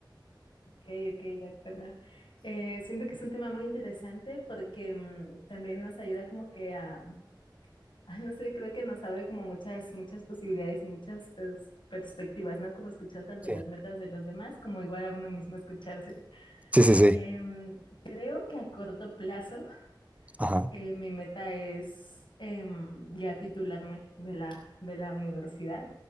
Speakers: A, on the left; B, on the right.
A: Ok, ok, de acuerdo. Eh, siento que es un tema muy interesante porque mm, también nos ayuda como que a, <laughs> ay, no sé, creo que nos abre como muchas, muchas posibilidades y muchas pers- perspectivas, ¿no? Como escuchar tanto
B: Sí.
A: las metas de los demás como igual a uno mismo escucharse.
B: Sí, sí, sí.
A: Em, creo que a corto plazo.
B: Ajá.
A: Eh, mi meta es em, ya titularme de la, de la universidad.